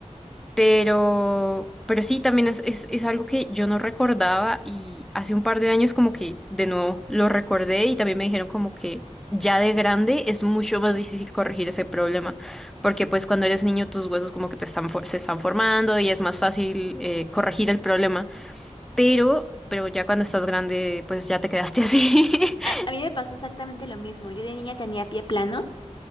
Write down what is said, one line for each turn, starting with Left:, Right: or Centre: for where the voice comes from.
Centre: pero, pero sí, también es, es, es algo que yo no recordaba y hace un par de años como que de nuevo lo recordé y también me dijeron como que ya de grande es mucho más difícil corregir ese problema, porque pues cuando eres niño tus huesos como que te están for- se están formando y es más fácil eh, corregir el problema, pero, pero ya cuando estás grande pues ya te quedaste así.
Left: A,
Centre: <laughs>
Left: a mí me pasó exactamente lo mismo. Yo de niña tenía pie plano